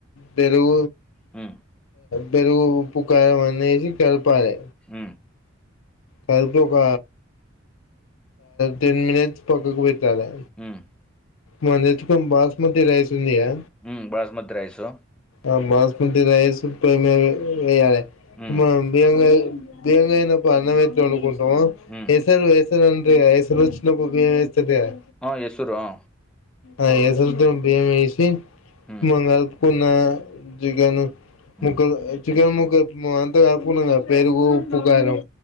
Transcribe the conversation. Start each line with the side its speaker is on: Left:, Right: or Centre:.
Left: పెరుగు
Centre: హ్
Left: పెరుగు ఉప్పు కారం అన్ని వేసి కలపాలి
Centre: హ్
Left: కాకపోతే ఒక టెన్ మినిట్స్ పక్కకు పెట్టాలా
Centre: హ్మ్.
Left: మనము తెచ్చుకున్న బాస్మతి రైస్ ఉందిగా
Centre: హ్ బాస్మతి రైసు
Left: ఆ బాస్మతి రైస్ పోయి మీద వెయాలీ
Centre: హ్మ్.
Left: ఇగ ఏం చేయనప్పుడు అన్నం ఎట్ల అందుతుంటున్నావ్
Centre: హ్మ్.
Left: ఎసరు ఎసరు అంటారు గాదా ఎసరు వచ్చినప్పుడు బియ్యం వేస్తది కదా
Centre: ఆ ఏస్తుర్రు ఆ
Left: ఆ ఏసరుతో బియ్యం వేసి
Centre: హ్మ్.
Left: మ కలుపుకున్న జగన్
Centre: హ్మ్.
Left: ముక్కలు చికెన్ ముక్క అంతా కల్ప్ కున్నా క పెరుగు ఉప్పు కారం